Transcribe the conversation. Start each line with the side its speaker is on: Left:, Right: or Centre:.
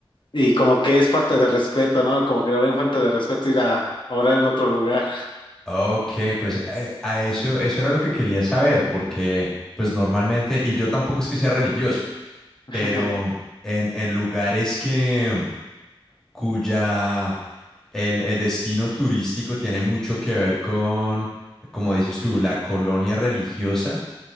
Left: Y como que es falta de respeto, ¿no? Como que lo ven falta de respeto ir a orar en otro lugar.
Centre: Ok, pues eh, a eso, eso era lo que quería saber, porque pues normalmente, y yo tampoco es que sea religioso,
Left: <laughs>
Centre: pero en, en lugares que cuya el, el destino turístico tiene mucho que ver con, como dices tú, la colonia religiosa,